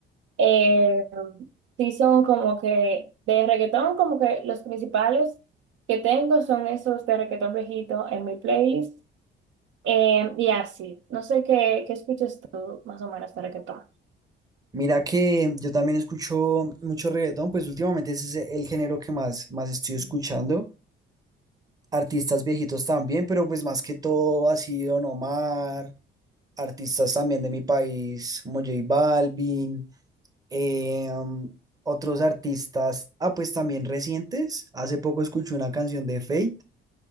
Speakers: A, on the right; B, on the right.
A: Eh, sí son como que de reggaetón, como que los principales que tengo son esos de reggaetón viejito en mi playlist. Eh, y así, no sé qué, qué escuchas tú más o menos de reggaetón.
B: Mira que yo también escucho mucho reggaetón, pues últimamente ese es el género que más, más estoy escuchando. Artistas viejitos también, pero pues más que todo ha sido Don Omar, artistas también de mi país como J Balvin, eh, um, otros artistas, ah, pues también recientes. Hace poco escuché una canción de Fate